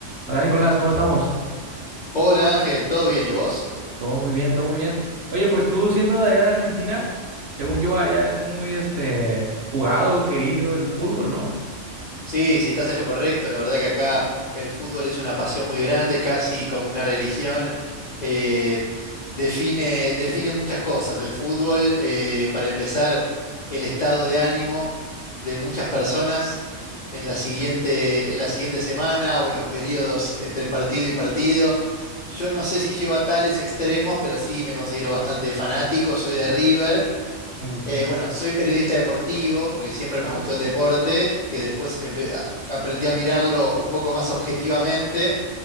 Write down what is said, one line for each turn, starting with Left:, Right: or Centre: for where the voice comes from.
Right: Hola Nicolás, ¿cómo estamos?
Left: Hola Ángel, ¿todo bien? ¿Y vos?
Right: Todo muy bien, todo muy bien. Oye, pues tú siendo de allá de Argentina, según yo allá es muy este jugado, querido el fútbol, ¿no?
Left: Sí, sí, estás en lo correcto. La verdad que acá el fútbol es una pasión muy grande, casi como una religión. Eh, define, define muchas cosas. El fútbol, eh, para empezar, el estado de ánimo de muchas personas en la siguiente, en la siguiente semana o en los periodos entre partido y partido. Yo no sé si llego a tales extremos, pero sí me considero bastante fanático. Soy de River.
Right: Ok,
Left: Eh, bueno, soy periodista deportivo porque siempre
Right: wow.
Left: me gustó el deporte, que después empe- a- aprendí a mirarlo un poco más objetivamente